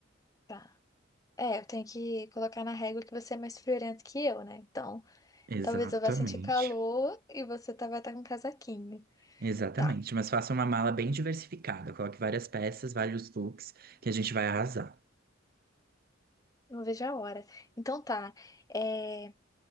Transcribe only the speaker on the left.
Tá. É, eu tenho que colocar na régua que você é mais friorento que eu, né? Então,
talvez eu vá sentir calor e você tá, vai estar com casaquinho.
Tá,
não vejo a hora. Então tá, é,